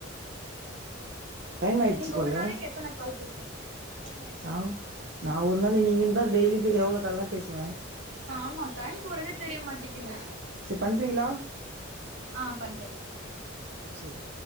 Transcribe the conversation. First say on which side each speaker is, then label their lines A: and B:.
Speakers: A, on the right; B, on the right.
A: டைம் ஆயிடுச்சு
B: நீங்க
A: போல
B: ஒரு நாளைக்கு எத்தன கால் பேசுவீங்க டைம் ஆயிடுச்சா
A: நா நான் ஒரு நாளு நீங்க இருந்தா டெய்லி எவ்ளோ கால்னாலும் பேசுவேன்
B: ஆம்மா டைம் போறதே தெரிய மாட்டிக்குது
A: சரி பண்றீங்களா
B: ஆ பண்றே
A: சரி